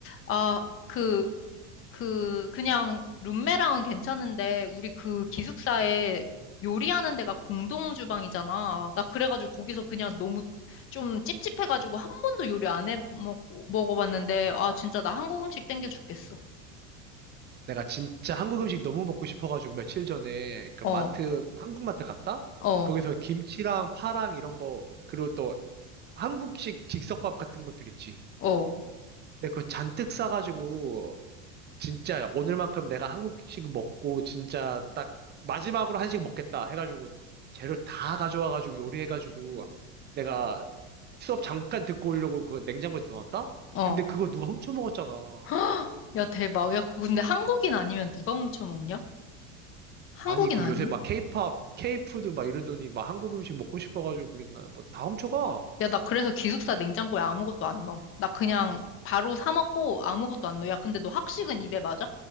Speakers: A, on the left; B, on the right.
A: 아, 그, 그, 그냥 룸메랑은 괜찮은데, 우리 그 기숙사에 요리하는 데가 공동 주방이잖아. 나 그래가지고 거기서 그냥 너무 좀 찝찝해가지고 한 번도 요리 안 해 먹, 먹어봤는데, 아, 진짜 나 한국 음식 땡겨 죽겠어.
B: 내가 진짜 한국 음식 너무 먹고 싶어가지고 며칠 전에 그
A: 어,
B: 마트, 한국 마트 갔다?
A: 어,
B: 거기서 김치랑 파랑 이런 거, 그리고 또 한국식 즉석밥 같은 것들 있지.
A: 어,
B: 근데 그거 잔뜩 싸가지고 진짜 오늘만큼 내가 한국식 먹고 진짜 딱 마지막으로 한식 먹겠다 해가지고 재료 다 가져와가지고 요리해가지고 내가 수업 잠깐 듣고 오려고 그 냉장고에 넣어놨다
A: 어.
B: 근데 그거
A: <gasps>
B: 누가 훔쳐 먹었잖아.
A: 헉! 야, 대박. 야, 그거 근데 한국인 아니면 누가 훔쳐 먹냐? 한국인
B: 아니 그
A: 아니면?
B: 요새 막 케이팝, 케이푸드 막 이러더니 막 한국 음식 먹고 싶어가지고 그랬나? 뭐 다 훔쳐가?
A: 야, 나 그래서 기숙사 냉장고에 아무것도 안 넣어. 나 그냥 바로 사 먹고 아무것도 안 넣어. 야, 근데 너 학식은 입에 맞아?